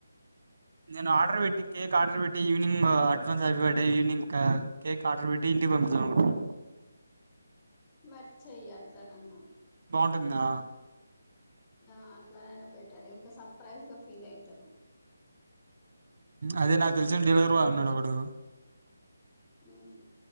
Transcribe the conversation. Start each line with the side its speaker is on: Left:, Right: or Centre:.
Right: నేను ఆర్డర్ పెట్టి కేక్ ఆర్డర్ పెట్టి evening advance happy birthday evening cake order పెట్టి ఇంటికి పంపిధాం అనుకుంటన
Left: మరి చెయ్యి అట్లానన్నా
Right: బావుంటుందా
Left: ఆ అట్లానైనా బెట్ టర్ ఇంకా సర్ప్రైజ్గా ఫీల్ అయి తరు
Right: అదే నాకు తెలిసిన డెలావరీ బాయ్ ఉన్నాడు ఒకడు
Left: ఉమ్